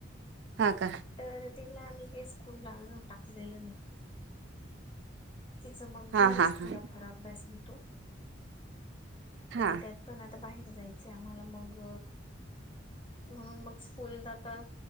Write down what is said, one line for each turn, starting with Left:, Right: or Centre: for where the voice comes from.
Right: ह का?
Left: तर तिला आम्ही काय स्कूलला अजून टाकलेलं नाही. तिचं मग
Right: हा
Left: घरीच
Right: हा
Left: थोडाफार
Right: हा
Left: अभ्यास घेतो
Right: हा
Left: आणि त्यात पण आता बाहेर जायचं आम्हाला मग म्हणून मग स्कूलला त